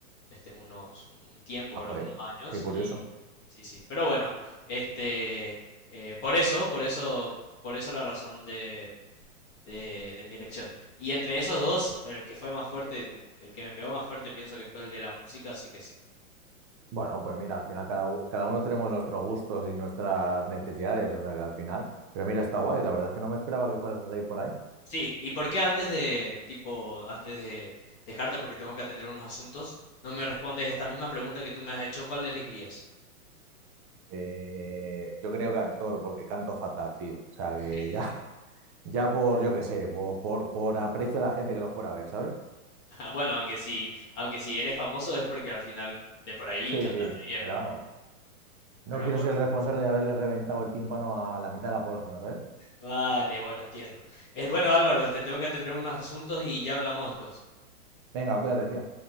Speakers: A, on the left (about 25°); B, on the right (about 20°).
A: este, unos, un, un tiempo,
B: Ah,
A: ¿verdad?
B: joder.
A: Unos años.
B: Qué curioso.
A: Y sí, sí. Pero bueno, este, eh, por eso, por eso, por eso la razón de, de, de mi elección. Y entre esos dos, el que fue más fuerte, el que me pegó más fuerte, pienso que fue el de la música, así que sí.
B: Bueno, pues mira, al final cada, u- cada uno tenemos nuestros gustos y nuestras necesidades, o sea que al final. Pero mira, está guay. La verdad es que no me esperaba que fueras a salir por ahí.
A: Sí, ¿y por qué antes de, tipo, antes de dejarte porque tengo que atender unos asuntos, no me respondes esta misma pregunta que tú me has hecho, ¿cuál elegirías?
B: Eh, yo creo que actor, porque canto fatal, tío. O sea
A: <laughs>
B: que ya. Ya por, yo qué sé, por, por, por aprecio a la gente que lo fuera a ver, ¿sabes?
A: Bueno, aunque si, aunque si eres famoso es porque al final de por ahí
B: Sí,
A: cantaste
B: sí,
A: bien,
B: pero vamos. No
A: pero
B: quiero
A: bueno,
B: ser el responsable de haberle reventado el tímpano a la mitad de la población, ¿sabes?
A: vale, bueno, entiendo. Es bueno, Álvaro, este, tengo que atender unos asuntos y ya hablamos después.
B: Venga, cuídate, tío.